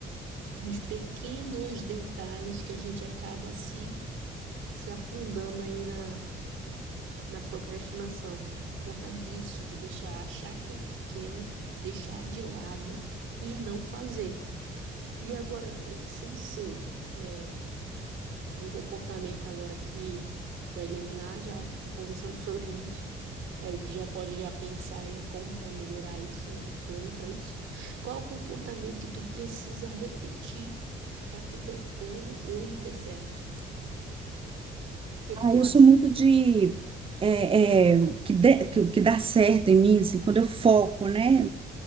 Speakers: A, on the right; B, on the right.
A: nos pequenos detalhes que a gente acaba se, se afundando aí na, na procrastinação. Por conta disso, de deixar, achar que é pequeno, deixar de lado e não fazer. E agora, eh, sem ser. eh, Um comportamento agora que tu quer eliminar, já, já conversamos sobre isso. Aí tu já pode já pensar em como vai melhorar isso, né? Um plano para isso. Qual é o comportamento que tu precisa repetir para que teu plano hoje dê certo? O que que
B: Ah,
A: tu
B: eu
A: acha?
B: sou muito de. É, é, o que, dê- que, o que dá certo em mim, assim, quando eu foco, né,